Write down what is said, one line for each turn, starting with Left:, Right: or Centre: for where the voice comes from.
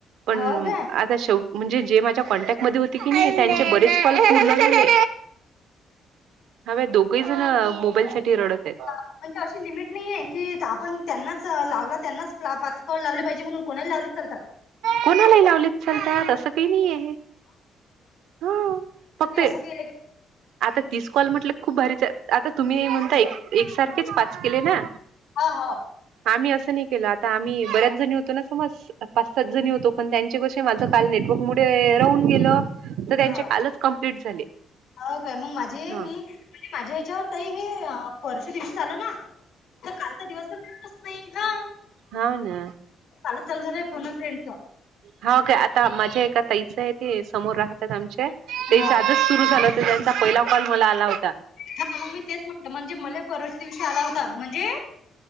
Right: पण
Left: हो काय
Right: ेव म्हणजे जे माझ्या कॉन्टॅक्ट म होते की नाही त्यांचे बरेच कॉल पूर्ण झाले. हव दोघही जण मोबाईल साठी रडत आहेत.
Left: म्हणजे अशी लिमिट नाहीे की आपण त्यांनाच लावला त्यांनाच पाच कॉल लावले पाहिजे म्हणून कोणी लावले चालतात.
Right: कोणालाही लावलेत चालतात असं काही नाहीय. हा फक्त
Left: की असं की
Right: आता तीस कॉल म्हटलं खूप भारी आता तुम्ही नाही म्हणता एकसारखेच पाच केले ना.
Left: हा हा
Right: आम्ही असं नाही केलं आता आम्ही बऱ्याच जणी होतो ना समज पाच सात जणी होतो पण त्यांचे कसे माझं काल नेटवर्क मुळे राहून गेलं. तर त्यांचे
Left: ह
Right: कालच कंप्लीट झाले.
Left: हो काय मग माझी
Right: हा.
Left: मी म्हणजे माझ्या ह्याच्यावर तही मी वर्ष दिवशी आल ना तर कालचा दिवसच नाही हा
Right: हो ना,
Left: कालच चालू झालंय फोन अ फ्रेंडचा
Right: हा काय आता माझ्या आहे एका ताई आहे. ते समोर राहतात आमच्या ते
Left: हा
Right: आजच सुरु झालं हो त्यांचा पहिला कॉल मला आला होता.
Left: हा मग मी तेच म्हटलं म्हणजे मला परवाच्या दिवशी आला होता. म्हणजे